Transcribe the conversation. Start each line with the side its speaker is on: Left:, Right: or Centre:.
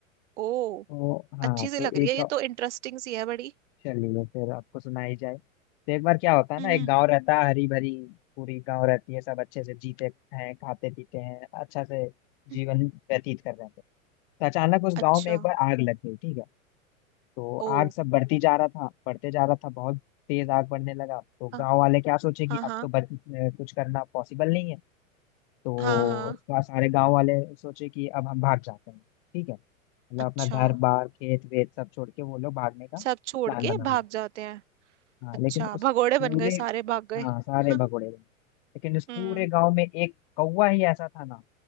Right: ओ
Left: तो हाँ
Right: अच्छी सी
Left: तो
Right: लग रही
Left: एक
Right: है ये तो इंटरेस्टिंग सी है बड़ी
Left: चलिए फिर आपको सुनाई जाए तो एक बार क्या होता है ना
Right: हम्म
Left: एक गांव रहता है हरी भरी पूरी गांव रहती है सब अच्छे से जीते हैं खाते पीते हैं अच्छा से जीवन
Right: हम्म।
Left: व्यतीत कर रहे थे तो अचानक उस गांव
Right: अच्छा
Left: में एक बार आग लग गई ठीक है तो
Right: ओ
Left: आग सब बढ़ती जा रहा था बढ़ते जा रहा था बहुत तेज आग बढ़ने लगा तो
Right: हाँ
Left: गांव वाले क्या सोचे कि
Right: हाँ
Left: अब
Right: हाँ
Left: तो बच, अ, कुछ करना पॉसिबल नहीं है तो
Right: हाँ हाँ
Left: सा- सारे गांव वाले सोचे कि अब हम भाग जाते हैं ठीक है मतलब
Right: अच्छा
Left: अपना घर बार खेत वेत सब छोड़ के वो लोग भागने का
Right: सब छोड़
Left: प्लान
Right: के
Left: बना
Right: भाग जाते हैं
Left: हाँ
Right: अच्छा
Left: लेकिन उस
Right: भगोड़े
Left: पूरे
Right: बन गए सारे भाग गए
Left: हाँ सारे
Right: <laughs>
Left: भगोड़े बने लेकिन उस
Right: हम्म
Left: पूरे गांव में एक कौवा ही ऐसा था ना